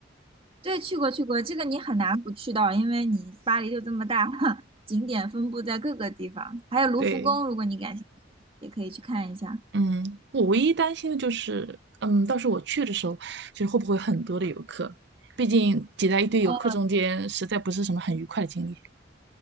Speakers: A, on the right; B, on the right.
A: 对，去过去过，这个你很难不去到，因为你巴黎就这么大，<laughs> 景点分布在各个地方，还有卢浮宫，
B: 对，
A: 如果你感兴趣，也可以去看一下。
B: 嗯，我唯一担心的就是，嗯，到时候我去的时候，就是会不会很多的游客？毕竟挤在一堆游客中间，
A: 呃
B: 实在不是什么很愉快的经历。